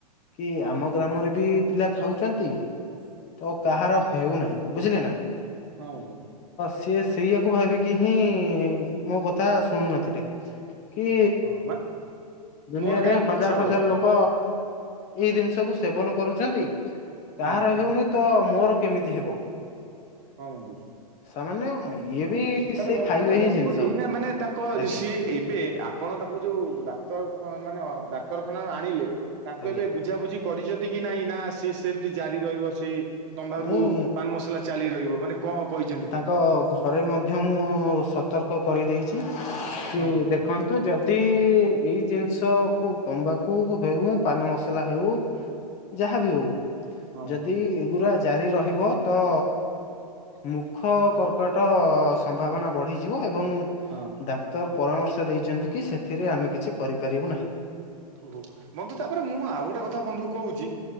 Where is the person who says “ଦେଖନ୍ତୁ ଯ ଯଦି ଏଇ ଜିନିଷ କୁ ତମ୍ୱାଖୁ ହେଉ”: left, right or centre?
Left